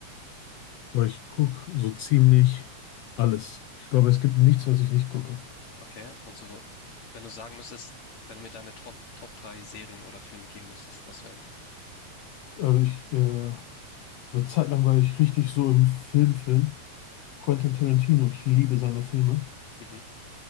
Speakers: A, on the left; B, on the left.
A: aber ich gucke so ziemlich alles. Ich glaube, es gibt nichts, was ich nicht gucke.
B: Okay, und so, wenn du sagen müsstest, wenn du mir deine Top, Top 3 Serien oder Filme geben müsstest, was wären die?
A: Also ich, äh, eine Zeit lang war ich richtig so im Filmfilm. Quentin Tarantino, ich liebe seine Filme.
B: Mhm,